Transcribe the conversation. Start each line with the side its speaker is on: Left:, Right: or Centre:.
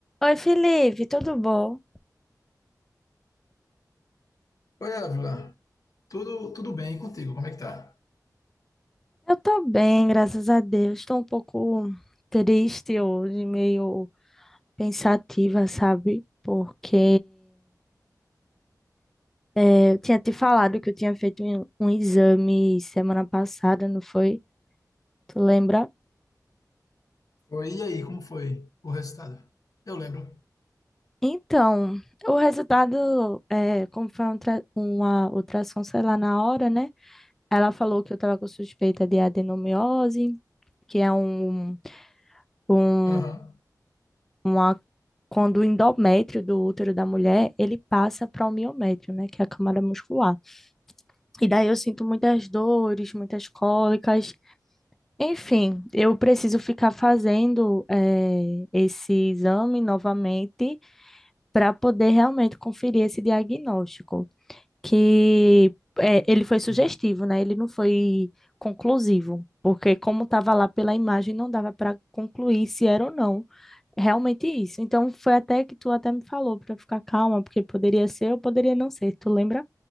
Centre: Oi, Felipe, tudo bom?
Left: Oi, Ávila. Tudo, tudo bem e contigo? Como é que tá?
Centre: Eu tô bem, graças a Deus. Estou um pouco triste hoje, meio pensativa, sabe? Porque eh, eu tinha te falado que eu tinha feito um, um exame semana passada, não foi? Tu lembra?
Left: Foi, e aí, como foi o resultado? Eu lembro.
Centre: Então, o resultado, eh, como foi um tra- uma ultrassom, sei lá, na hora, né? Ela falou que eu tava com suspeita de adenomiose, que é um um
Left: Aham,
Centre: uma, quando o endométrio do útero da mulher, ele passa para o miométrio, né, que é a camada muscular. E daí eu sinto muitas dores, muitas cólicas. Enfim, eu preciso ficar fazendo eh, esse exame novamente para poder realmente conferir esse diagnóstico, que eh, ele foi
Left: sim.
Centre: sugestivo, né? Ele não foi conclusivo, porque como estava lá pela imagem, não dava para concluir se era ou não. Realmente isso. Então foi até que tu até me falou para ficar calma, porque poderia ser ou poderia não ser, tu lembra?